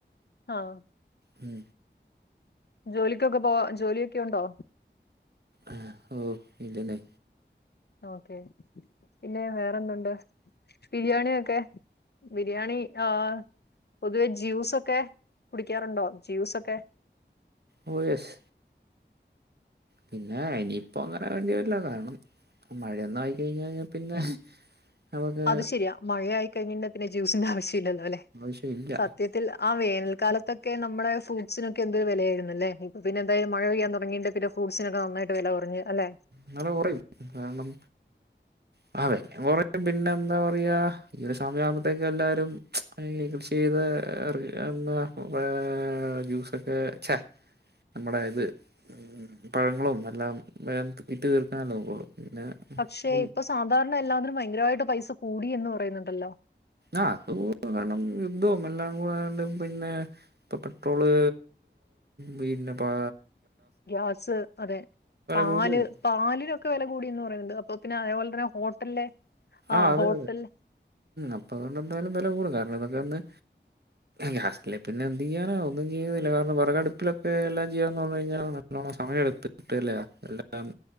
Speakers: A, on the left (about 60°); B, on the right (about 60°).
A: ആഹ്
B: ഉം
A: ജോലിക്കൊക്കെ പോവാ ജോലിയൊക്കെ ഉണ്ടോ?
B: ആഹ് ഓ ഇല്ലെന്നെ
A: ഓക്കെ പിന്നെ വേറെന്തുണ്ട്? ബിരിയാണിയൊക്കെ ബിരിയാണി ആഹ് പൊതുവേ ജ്യൂസൊക്കെ കുടിക്കാറുണ്ടോ? ജ്യൂസൊക്കെ?
B: ഓഹ് യെസ് പിന്നെ ഇനിയിപ്പോ അങ്ങനെ വേണ്ടി വരില്ല കാരണം മഴയൊന്നും ആയി കഴിഞ്ഞഴിഞ്ഞാ പിന്നെ നമുക്ക്
A: അത് ശരിയാ മഴയായി കഴിഞ്ഞഴിഞ്ഞ പിന്നെ ജ്യൂസിന്റെ ആവശ്യം ഇല്ലല്ലോ ല്ലെ?
B: ആവശ്യമില്ല
A: സത്യത്തിൽ ആ വേനൽക്കാലത്തൊക്കെ നമ്മുടെ ഫ്രൂട്ട്സിനൊക്കെ എന്തൊരു വെലയായിരുന്നു ലെ ഇപ്പ പിന്നെന്തായാലും മഴ പെയ്യാൻ തൊടങ്ങീണ്ടെ പിന്നെ ഫ്രൂട്സിനൊക്കെ നന്നായിട്ട് വെല കൊറഞ് അല്ലെ
B: ങ്ങള് കൊറയും കാരണം <unintelligible> പിന്നെന്താ പറയാ ഈ ഒരു സമയാകുമ്പത്തേക്കും എല്ലാരും ഈ കൃഷി ചെയ്ത് എർ എന്നാ ഏ ജ്യൂസൊക്കെ ഛേ നമ്മുടെ ഇത് ഉം പഴങ്ങളും എല്ലാം വേം വിറ്റ് തീർക്കണല്ലോ പിന്നെ
A: പക്ഷേ
B: ഇപ്പം
A: ഇപ്പൊ സാധാരണ എല്ലാത്തിനും ഭയങ്കരായിട്ട് പൈസ കൂടിയെന്ന് പറയുന്നുണ്ടല്ലോ
B: ആ അത് കൂടും കാരണം യുദ്ധവും എല്ലാം കൂടെ ആയോണ്ട് പിന്നെ ഇപ്പൊ പെട്രോള് പിന്നെ പാ
A: ഗ്യാസ് അതെ പാല്
B: കൂടിയല്ലോ
A: പാലിനൊക്കെ വെല കൂടിന്ന് പറയ്ന്ന്ണ്ട് അപ് അപ്പോ പിന്നെ അതേപോലെത്തെന്നെ ഹോട്ടല്ലെ
B: ആ
A: ആഹ്
B: അതെ
A: ഹോട്ടൽ
B: അപ്പൊ അതൊണ്ടെന്തായാലും വെല കൂടും കാരണം ഇതൊക്കെ ഒന്ന് ഗ്യാസില്ലേ പിന്നെന്തെയ്യാന ഒന്നും ചെയ്യുന്നില്ല കാരണം വെറകടുപ്പിലൊക്കെ എല്ലാം ചെയ്യാന്ന് പർഞ്ഞ് കഴിഞ്ഞാ ല്ലോണം സമയെടുത്തിട്ട്ലെ എല്ലാം